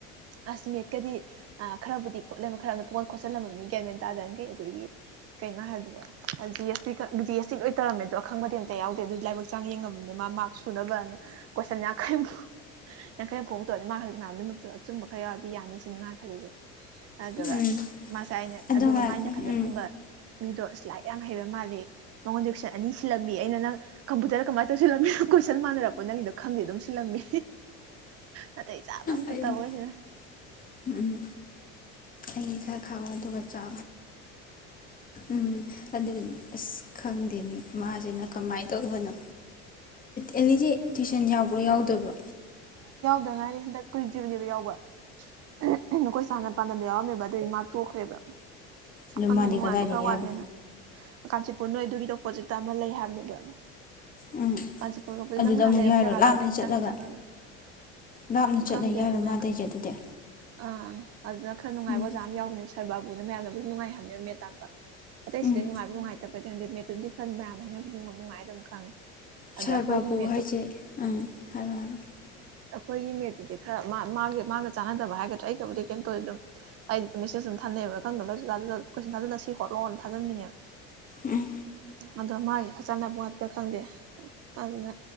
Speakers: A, on the right (about 50°); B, on the left (about 25°).
A: ꯑꯁ ꯃꯦꯠꯀꯗꯤ ꯈꯔꯕꯨꯗꯤ ꯈꯣꯠꯂꯝꯃꯦ ꯈꯔ ꯄꯣꯟ ꯈꯣꯠꯆꯜꯂꯝꯕ ꯒꯌꯥꯔꯃꯦꯟ ꯇꯥꯗꯒꯩ ꯑꯗꯒꯤ ꯀꯩꯅꯣ ꯍꯥꯏꯕꯗꯣ G S T G S T ꯂꯣꯏ ꯇꯧꯔꯝꯃꯦꯗꯣ ꯑꯈꯪꯕꯗꯤ ꯑꯝꯇ ꯌꯥꯎꯗꯦ ꯑꯗꯨ ꯂꯥꯏꯕꯛ ꯆꯥꯡ ꯌꯦꯡꯉꯕꯅꯦ ꯃꯥꯛ ꯁꯨꯅꯕꯅ ꯀꯣꯏꯁꯟ ꯌꯥꯡꯈꯩ ꯀꯨ ꯌꯥꯡꯈꯩ ꯐꯣꯡ ꯇꯣꯛꯑ ꯃꯥ ꯍꯥꯏ ꯑꯁꯨꯝꯕ ꯈꯔ ꯌꯥꯎꯔꯗꯤ ꯌꯥꯅꯤ ꯁꯤꯅꯤ ꯃꯥꯅ ꯈꯜꯂꯤꯁꯦ ꯑꯗꯨꯒ
B: ꯎꯝ
A: ꯑꯁ ꯃꯥꯁꯥꯏ ꯑꯩꯅ
B: ꯑꯗꯣ
A: ꯑꯗꯨꯒ
B: ꯉꯥꯏꯈꯣ
A: ꯃꯥꯏ ꯅꯥꯀꯟꯗ
B: ꯎꯝ
A: ꯐꯝꯕ ꯃꯤꯗꯣ ꯑꯁ ꯂꯥꯏꯛ ꯌꯥꯝ ꯍꯩꯕ ꯃꯥꯜꯜꯂꯤ ꯃꯉꯣꯟꯗ ꯀꯣꯏꯁꯟ ꯑꯅꯤ ꯁꯤꯜꯂꯝꯃꯤ ꯑꯩꯅ ꯅꯪ ꯀꯝꯄꯨꯇꯔ ꯀꯃꯥꯏꯅ ꯇꯧꯁꯤꯜꯂꯝꯃꯤ ꯀꯣꯏꯁꯟ ꯃꯥꯟꯅꯔꯛꯄ ꯅꯪꯒꯤꯗꯣ ꯈꯪꯗꯦ ꯑꯗꯨꯝ ꯁꯤꯂꯝꯕꯤ ꯅꯇꯩ ꯆꯥꯕ ꯑꯝꯇ
B: ꯑꯩ
A: <inaudible>
B: ꯎꯝ ꯎꯝ ꯑꯩ ꯈꯔ ꯈꯕ ꯑꯗꯨꯒ ꯆ ꯎꯝ ꯑꯗꯨꯗꯤ ꯑꯁ ꯈꯪꯗꯦꯅꯤ ꯃꯥꯁꯤꯅ ꯀꯃꯥꯏꯅ ꯇꯧꯕꯅꯣ ꯑꯦꯜꯂꯤꯖꯦ ꯇꯨꯏꯁꯟ ꯌꯥꯎꯕ꯭ꯔꯣ ꯌꯥꯎꯗꯕ꯭ꯔꯣ
A: ꯗ ꯉꯥꯏꯔꯤ ꯍꯟꯗꯛ ꯀꯨꯏꯗ꯭ꯔꯤꯕꯅꯦꯕ ꯌꯥꯎꯕ ꯎ ꯎꯝ ꯑꯩꯈꯣꯏ ꯁꯥꯔꯅ ꯄꯥꯟꯗꯝ ꯗ ꯌꯥꯎꯔꯝꯃꯦꯕ ꯑꯗꯨꯏ ꯃꯥ ꯇꯣꯛꯈ꯭ꯔꯦꯕ
B: ꯑꯗꯨ
A: ꯑꯗꯨꯃꯨꯛ
B: ꯃꯥꯗꯤ
A: ꯅꯨꯡꯉꯥꯏꯕ
B: ꯀꯗꯥꯏꯗꯒꯤ
A: ꯈꯔ ꯋꯥꯠꯂꯦꯅ
B: ꯍꯥꯏꯕ
A: ꯀꯥꯟꯆꯤꯠ ꯍꯣ ꯅꯣꯏ ꯑꯗꯨꯒꯤꯗꯣ ꯑꯣꯄꯣꯠꯖꯤꯠꯇ ꯑꯃ ꯂꯩ ꯍꯥꯏꯕꯅꯦꯕ
B: ꯎꯝ
A: ꯀꯥꯟꯆꯤꯄꯨꯔ ꯂꯣꯛꯄꯗ
B: ꯑꯗꯨꯗ
A: ꯅꯪ ꯅꯍꯥꯟ
B: ꯑꯃꯨꯛ
A: ꯂꯩꯔꯝꯕ
B: ꯌꯥꯏꯔꯣ
A: ꯖꯒꯥꯗꯣ
B: ꯂꯥꯞꯅ
A: ꯑꯗꯩ ꯈꯤꯇꯪ
B: ꯆꯠꯂꯒ
A: ꯆꯪꯉꯒ
B: ꯂꯥꯞꯅ
A: ꯎ
B: ꯆꯠꯂ
A: ꯈꯪꯗꯦ
B: ꯌꯥꯏꯔꯣ
A: ꯑꯗꯨꯅ
B: ꯃꯥ
A: ꯈ
B: ꯇꯩꯁꯦ ꯑꯗꯨꯗꯤ
A: ꯑꯥ ꯑꯗꯨꯅ ꯈꯔ ꯅꯨꯡꯉꯥꯏꯕ
B: ꯎꯝ
A: ꯑꯣꯖꯥ ꯑꯃ ꯌꯥꯎꯕꯅꯦ ꯁꯥꯔ ꯕꯥꯕꯨꯅ ꯃꯌꯥꯝꯅꯕꯨ ꯅꯨꯡꯉꯥꯏ ꯍꯥꯏꯕꯅꯦꯕ ꯃꯦꯠ ꯇꯥꯛꯄ ꯑꯇꯩꯁꯤꯗꯩ
B: ꯎꯝ
A: ꯅꯨꯡꯉꯥꯏꯕ ꯅꯨꯡꯉꯥꯏꯇꯕ ꯄꯩꯇꯩꯍꯟꯗꯤ ꯃꯦꯠꯇꯨꯝꯗꯤ ꯈꯟ ꯃꯌꯥꯝꯅ ꯍꯥꯏꯅꯒꯤ ꯅꯨꯡꯉꯥꯏ ꯑꯗꯨꯝ ꯈꯪꯉꯦ ꯑꯗ
B: ꯁꯥꯔ
A: ꯑꯩꯈꯣꯏꯒꯤ
B: ꯕꯥꯕꯨ
A: ꯃꯦꯠꯇꯣ
B: ꯍꯥꯏꯁꯦ ꯑꯪ ꯍꯥꯏꯔꯛꯑꯣ
A: ꯑꯩꯈꯣꯏꯒꯤ ꯃꯦꯠꯇꯨꯗꯤ ꯈꯔ ꯃꯥ ꯃꯥꯒꯤ ꯃꯥꯒ ꯆꯥꯟꯅꯗꯕ ꯍꯥꯏꯒꯗ꯭ꯔꯥ ꯑꯩꯒꯕꯨꯗꯤ ꯀꯩꯝ ꯇꯧꯗꯦ ꯑꯗꯨꯝ ꯑꯩꯗꯤ ꯗꯨꯝ ꯃꯦꯁꯦꯖ ꯑꯗꯨꯝ ꯊꯥꯅꯩꯕ ꯈꯪꯗꯕꯅ ꯖꯨ ꯖꯥ ꯖꯨ ꯖꯥ ꯀꯣꯏꯁꯟ ꯊꯥꯖꯜꯂ ꯁꯤ ꯍꯣꯠꯂꯣꯅ ꯊꯥꯖꯟꯕꯤꯅꯦꯕ
B: ꯎꯝ
A: ꯑꯗꯣ ꯃꯥꯒꯤ ꯈ ꯆꯥꯟꯅꯕ ꯋꯥꯠꯄ꯭ꯔꯥ ꯈꯪꯗꯦ ꯑꯗꯨꯅ